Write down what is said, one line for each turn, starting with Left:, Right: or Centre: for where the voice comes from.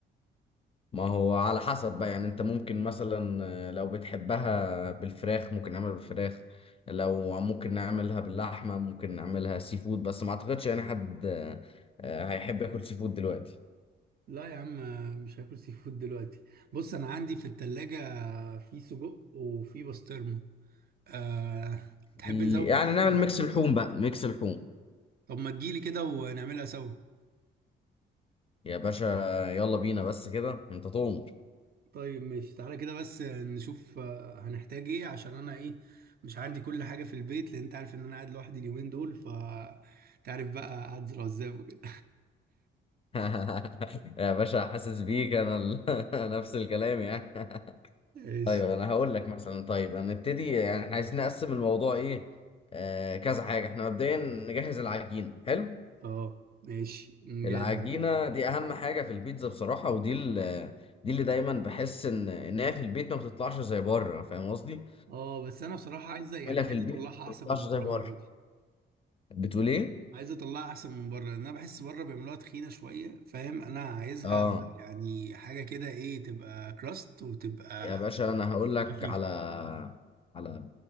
Left: ما هو على حسب بقى يعني انت ممكن مثلا لو بتحبها بالفراخ ممكن نعملها بالفراخ لو ممكن نعملها باللحمه ممكن نعملها سي فود بس ما اعتقدش يعني حد آه، هيحب ياكل سي فود دلوقتي
Right: لا يا عم مش هاكل سي فود دلوقتي بص انا عندي في التلاجة في سجق وفي بسطرمه أه تحب
Left: في
Right: نزود
Left: يعني
Right: حاجه
Left: نعمل ميكس لحوم بقى ميكس لحوم
Right: طب ما تجيلي كده ونعملها سوا
Left: يا باشا يلا بينا بس كده انت تؤمر
Right: طيب ماشي تعالى كده بس نشوف آه، هنحتاج ايه عشان انا ايه مش عندي كل حاجة في البيت لان انت عارف ان انا قاعد لوحدي اليومين دول ف تعرف بقى اعزل عزاب وكده
Left: <laughs> يا باشا حاسس بيك انا ال... <laughs> نفس الكلام يعني <laughs>
Right: <laughs> ماشي
Left: طيب انا هقول لك مثلا طيب هنبتدي يعني إحنا عايزين نقسم الموضوع ايه آه كذا حاجه احنا مبدئيا نجهز العجين حلو
Right: اه ماشي نجاد
Left: العجينه
Right: يعني
Left: دي اهم حاجه في البيتزا بصراحه ودي ال... <laughs> دي اللي دايما بحس ان ان هي في البيت ما بتطلعش زي بره فاهم قصدي؟
Right: اه بس انا بصراحة عايزة يعني
Left: تعملها
Right: عايز
Left: في البيت
Right: اطلعها
Left: ما
Right: احسن
Left: بتطلعش
Right: من
Left: زي
Right: بره
Left: بره
Right: المرة دي
Left: بتقول ايه؟
Right: عايز اطلعها احسن من بره لان انا بحس بره بيعملوها تخينة شوية فاهم انا عايزها
Left: اه
Right: يعني حاجة كده ايه تبقى كراست وتبقى
Left: يا باشا انا هقول لك
Right: خفيفة
Left: على على